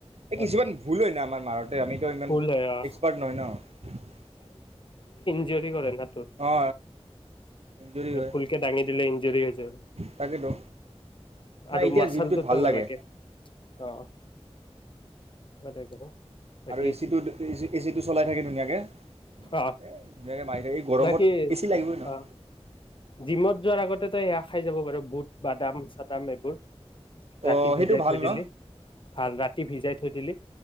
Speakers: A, on the right; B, on the left.
A: এই
B: অ
A: কিছুমান ভুল হয় ন আমাৰ মাৰতে আমিতো ইমান
B: ভুল হয় অ
A: এক্সপাৰ্ট নহয় ন
B: দি কৰে তোৰ
A: অ ইঞ্জুৰি হয়
B: ভুলকে দাঙি দিলে ইনজুৰি হৈ যায়
A: তাকেতো নাই
B: আৰু
A: এতিয়া
B: মাচালটোতো
A: জিমটোত ভাল
B: নালাগে
A: লাগে
B: অ বদে কৰো বাকী
A: আৰু এচিটো এচিটো চলাই থাকে ধুনীয়াকৈ ধুনীয়াকৈ
B: অ
A: মাৰি থাকে এই গৰমত
B: বাকী
A: এ চি লাগিবই ন
B: অ জিমত যোৱাৰ আগতে তো সয়া খাই যাব পাৰ বুট বাদাম চাদাম এইবোৰ ৰাতি
A: অঁ
B: ভিজাই
A: সেইটো ভাল
B: থৈ দিলি
A: ন
B: ভাল ৰাতি ভিজাই থৈ দিলি